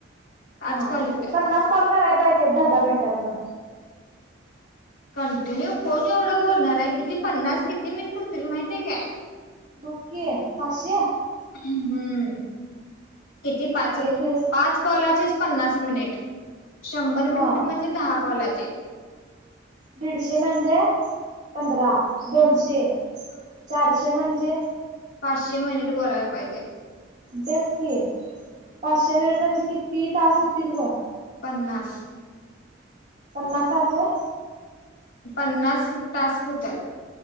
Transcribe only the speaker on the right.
ह
पन्नास कॉल कराय पाहिजे दहा दहा मिनिटाचं
बग कि पाशे
एक दिवस
हा
दीडशे म्हणजे पंधरा दोनशे चारशे म्हणजे
तेच की पाचशे मिनिट म्हणजे किती तास होतील ग
पन्नास तास होय